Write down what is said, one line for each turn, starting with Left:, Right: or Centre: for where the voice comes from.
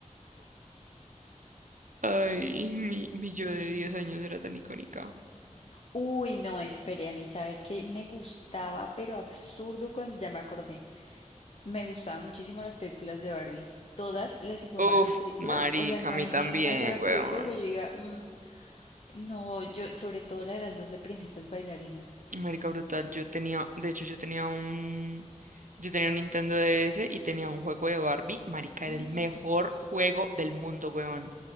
Right: Ay, mi, mi yo de 10 años era tan icónica.
Left: Uy, no, espere, a mí sabe que me gustaba, pero absurdo cuando ya me acordé. Me gustaban muchísimo las películas de Barbie. Todas las hijuemadres
Right: Uf,
Left: películas,
Right: marica,
Left: o sea, no
Right: a mí
Left: hay
Right: también,
Left: ni una sola película
Right: weón.
Left: que yo diga, "Mm, no, yo, sobre todo la de las doce princesas bailarinas.
Right: Marica brutal, yo tenía, de hecho yo tenía un, yo tenía un Nintendo DS y tenía un juego de Barbie, marica,
Left: <gasps>
Right: era el mejor juego del mundo, weón.